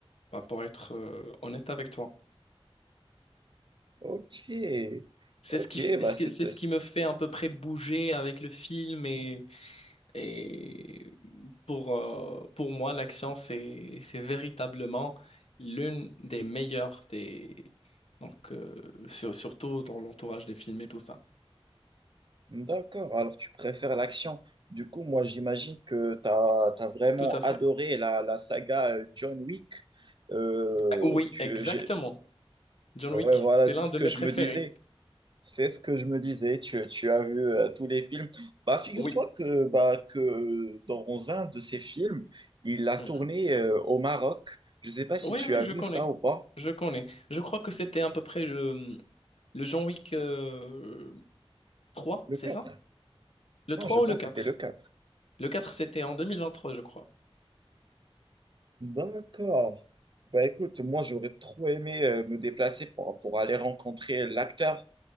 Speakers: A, on the left; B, on the right.
A: Ben, pour être euh, honnête avec toi.
B: Ok,
A: C'est
B: ok,
A: ce qui, f-
B: bah
A: c'est
B: c'était...
A: c'est ce qui me fait à peu près bouger avec le film et Et pour, euh, pour moi, l'action, c'est, c'est véritablement l'une des meilleures des... Donc, euh, sur- surtout dans l'entourage des films et tout ça.
B: D'accord, alors tu préfères l'action. Du coup, moi, j'imagine que tu as, vraiment
A: Tout à
B: adoré
A: fait.
B: la, la saga euh, John Wick. Euh,
A: Euh, Oui,
B: tu,
A: exactement.
B: j'ai-
A: John
B: Ouais,
A: Wick,
B: voilà,
A: c'est
B: c'est
A: l'un
B: ce
A: de
B: que
A: mes
B: je
A: préférés.
B: me disais. C'est ce que je me disais, tu, tu as vu euh, tous les films. Bah, figure-toi
A: Oui.
B: que, bah, que dans un de ces films, il a
A: Mhm.
B: tourné euh, au Maroc. Je ne sais pas si
A: Oui,
B: tu
A: oui,
B: as
A: je
B: vu
A: connais.
B: ça ou pas.
A: Je connais. Je crois que c'était à peu près le, le John Wick euh, 3,
B: Le
A: c'est
B: quatre.
A: ça? Le
B: Non,
A: 3
B: je
A: ou
B: pense
A: le quatre
B: que c'était le 4.
A: Le 4 c'était en 2023, je crois.
B: D'accord. Bah écoute, moi j'aurais trop aimé euh, me déplacer pour, pour aller rencontrer l'acteur.